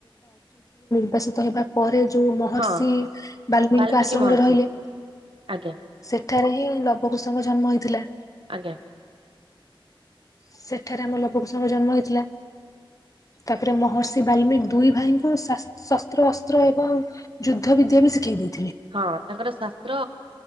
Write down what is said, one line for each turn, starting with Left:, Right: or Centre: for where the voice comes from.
Left: ବଶିତ ହେବା ପରେ ଯୋଉ ମହର୍ଷି
Right: ହଁ
Left: ବାଲମୀଙ୍କ
Right: ବାଲ୍ମିକି
Left: ଆଶ୍ରମରେ
Right: ମହର୍ଷି
Left: ରହିଲେ
Right: ଆଜ୍ଞା
Left: ସେଠାରେ ହିଁ ଲବ କୃସଙ୍କ ଜନ୍ମ ହୋଇଥିଲା।
Right: ଆଜ୍ଞା
Left: ସେଠାରେ ଆମ ଲବକୁଶଙ୍କ ଜନ୍ମ ହୋଇଥିଲା। ତାପରେ ମହର୍ଷି ବାଲମିକ ଦୁଇ ଭାଇଙ୍କୁ ଶସ୍ତ୍ର ଅସ୍ତ୍ର ଏବଂ ଯୁଦ୍ଧ ବିଦ୍ୟା ବି ଶିଖାଇ ଦେଇ
Right: ହଁ ତାଙ୍କର ଶାସ୍ତ୍ର